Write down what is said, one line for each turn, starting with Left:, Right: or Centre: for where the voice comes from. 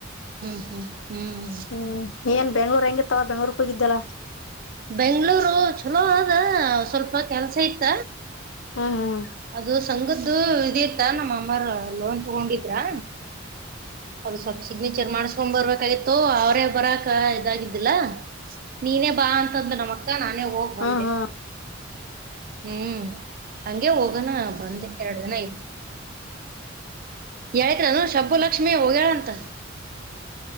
Right: ಹ್ಮ ಹ್ಮ್
Left: ಹ್ಮ್ ಏನ್ ಬೆಂಗ್ಳೂರ್ ಹೆಂಗಿತ್ತವಾ ಬೆಂಗಳೂರ್ಕ ಹೋಗಿದ್ದ ಅಲ
Right: ಬೆಂಗಳೂರು ಚುಲೋ ಅದ ಸ್ವಲ್ಪ ಕೆಲ್ಸ ಇತ್ತ.
Left: ಹ್ಮ್ ಹ್ಮ್
Right: ಅದು ಸಂಗದ್ದು ಇದ ಇತ್ತಾ ನಮ್ಮ ಮಾಮರ ಲೋನ್ ತುಗೊಂಡಿದ್ರಾ. ಅದು ಸ್ವಲ್ಪ್ ಸಿಗ್ನೇಚರ್ ಮಾಡಸ್ಕೊಂಡ್ ಬರ್ಬೇಕಾಗಿತ್ತು ಅವರೇ ಬರಾಕ ಇದಾಗಿದ್ದಿಲ್ಲಾ ನೀನೇ ಬಾ ಅಂತಂದ ನಮಕ್ ಕ್ಕ ನಾನೇ ಹೋಗ್ ಬಂದೆ
Left: ಹ್ಮ್ ಹ್ಮ್
Right: ಹ್ಮ್ ಹಂಗೆ ಹೋಗೋಣ ಬಂದೆ ಎರಡು ದಿನ ಇದ್ದು. ಎಳಕ್ರನು ಶಬ ಲಕ್ಷ್ಮೀ ಹೋಗ್ಯಾಳ ಅಂತ.